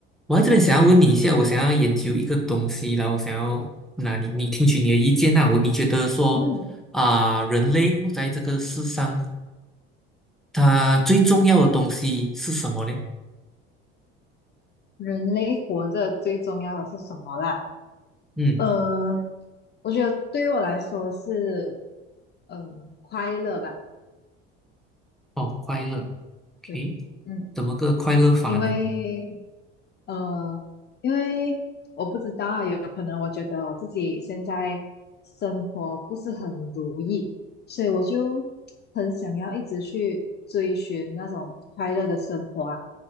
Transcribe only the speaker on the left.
嗯，
人类活着最重要的是什么啦？
呃，我觉得对于我来说是，嗯、快乐吧。
对，嗯，
因为呃，因为我不知道啊有可能我觉得我自己现在生活不是很如意，所以我就很想要一直去追寻那种快乐的生活啊。